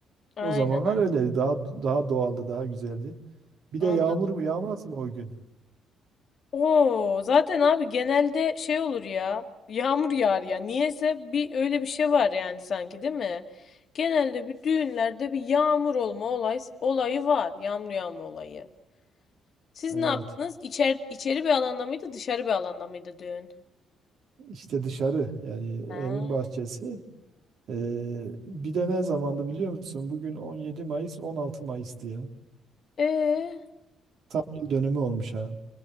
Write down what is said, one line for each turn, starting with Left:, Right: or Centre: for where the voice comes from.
Left: Aynen
Right: O zamanlar
Left: aynen.
Right: öyleydi. Daha daha doğaldı, daha güzeldi. Bir
Left: Anladım.
Right: de yağmur mu yağmaz mı o gün?
Left: Oo, zaten abi genelde şey olur ya. Yağmur yağar ya. Niyeyse bir öyle bir şey var yani sanki değil mi? Genelde bir düğünlerde bir yağmur olma olay, olayı var. Yağmur yağma olayı. Siz
Right: Evet.
Left: ne yaptınız? İçer, içeri bir alanda mıydı, dışarı bir alanda mıydı düğün?
Right: İşte dışarı yani
Left: Ha.
Right: evin bahçesi. Ee, bir de ne zamandı biliyor musun? Bugün 17 Mayıs, 16 Mayıs'tı ya.
Left: Ee,
Right: Tam yıl dönümü olmuş ha.